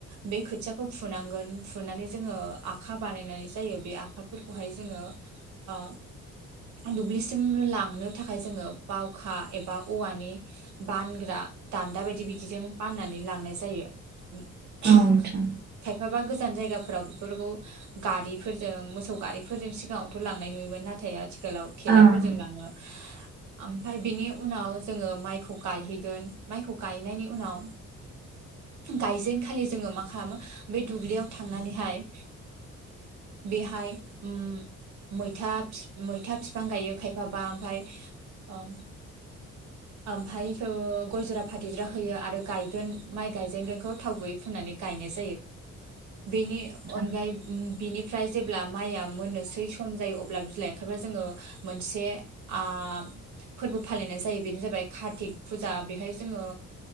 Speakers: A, on the right; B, on the right.
A: बे खोथियाखौ फुनांगोन फुनानै जोङो आखा बानायनानै जायो बे आखा फोरखौहाय जोङो ओ दुब्लिसिम लांनो थाखाय जोङो बावखा एबा औवानि बानग्रा दान्दा बायदि बिदिजों फाननानै लांनाय जायो
B: नोंथां
A: <unintelligible> खायफाबा गोजान जायगाफोराव बेफोरखौ गारिफोरजों मोसौ गारिफोरजों सिगाङावथ लांनाय नुयोमोन नाथाय आथिखालाव
B: औ
A: थेलाफोरजों
B: औ
A: लाङो ओमफफ्राय बेनि उनाव जोङो माइखौ गायहैगोन माइखौ गायनायनि उनाव गायजेनखालि जोङो मा खालामो बे दुब्लियाव थांनानैहाय बेहाय ओम मैथा फि मैथा बिफां गायो खायफाबा ओमफाय ओ ओमफाय ओ गयजरा फाथै जिरा होयो आरो गायगोन माइ गायजेनगोनखौ थाव गैयै फुननानै गायनाय जायो बेनि अनगायै
B: नोंथां औ
A: बिनिफ्राय जेब्ला माइआ मोननोसै सम जायो अब्ला बिलाइ ओंखारबा जोङो मोनसे आ फोरबो फालिनाय जायो बेनो जाबाय कारतिक फुजा बेहाय जोङो